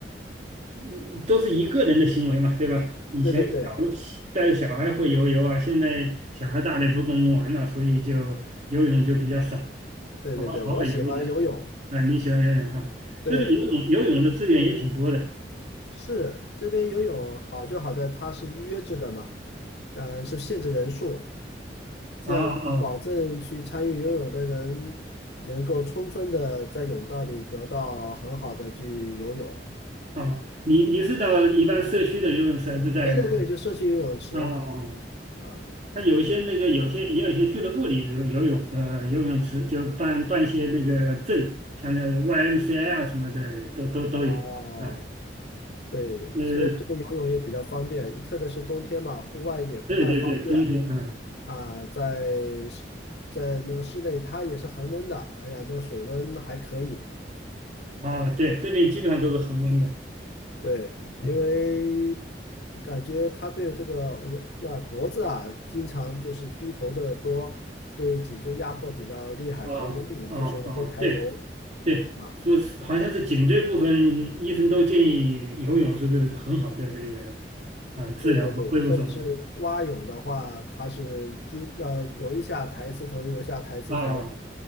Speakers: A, on the right (about 40°); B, on the left (about 70°).
A: 嗯都是一个人的行为嘛，对吧？以前
B: 对对
A: 带着小孩会游泳啊，现在小孩大了也不跟我们玩了，所以就游泳就比较少，
B: 对对对，
A: 偶尔偶尔游一下。
B: 我喜欢游泳，
A: 啊，你喜欢游泳哈？这边游泳游泳的资源也挺多的。
B: 对。是这边游泳好就好在它是预约制的嘛，呃，就限制人数，这样可以保证去参与游泳的人能够充分的在泳道里得到很好的去游泳。
A: 啊啊啊！你你是到一般社区的游泳池还是在哪里？
B: 对对对，就社区游泳池
A: 啊啊啊！
B: 啊，
A: 它有一些那个，有些也有一些俱乐部里有游泳，呃，游泳池就办办一些那个证，像那个 YMCA 啊什么的，都都都有。
B: 哦，
A: 啊，
B: 对，
A: 呃，
B: 所以这个游泳也比较方便，特别是冬天嘛，户外也不太方便
A: 对对对，冬天，嗯，
B: 啊，在室在那个室内它也是恒温的，哎呀，那个水温还可以。
A: 啊，对，这边基本上都是恒温的。
B: 对，因为
A: 嗯。
B: 感觉他对这个，我就要脖子啊，经常就是低头的多，对颈椎压迫比较厉害。
A: 啊啊啊！
B: 可能游泳就是会抬头
A: 对对，
B: 啊，
A: 说是好像是颈椎部分，医生都建议游泳是很好的这个啊治疗和恢复手段
B: 对对对，特别是蛙泳的话，它是经要游一下抬一次头，游一下抬一次头，
A: 啊